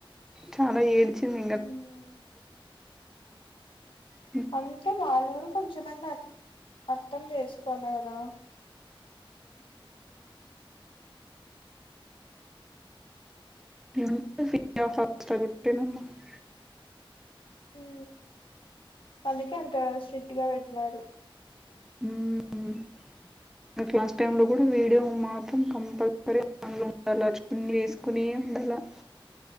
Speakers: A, in the centre; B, on the left (about 65°).
A: చాలా ఏడ్చిన్
B: ఉమ్
A: <unintelligible>
B: అంటే వాళ్ళు కూడా కొంచెమన్న అర్థం చేసుకోవాల కదా
A: <inaudible>
B: ఊ అందుకే అంత స్ట్రిక్ట్ గా పెట్టినారు
A: హ్మ్ ఇంకా క్లాస్ టైం లో కూడా వీడియో మాత్రం కంపల్సరిగా ఉండాల చున్ని వేసుకునే ఉండాల